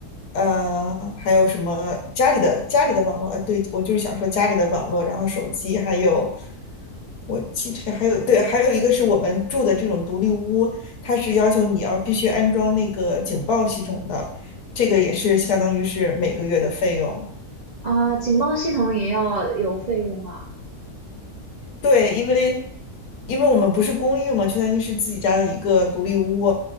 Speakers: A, on the left (about 70°); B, on the right (about 65°).
A: 呃，还有什么家里的家里的网络，呃，对，我就是想说家里的网络，然后手机，还有我记着还有对，还有一个是我们住的这种独立屋，它是要求你要必须安装那个警报系统的。这个也是相当于是每个月的费用。
B: 啊，警报系统也要有费用啊。
A: 对，因为因为我们不是公寓嘛，就相当于是自己家的一个独立屋。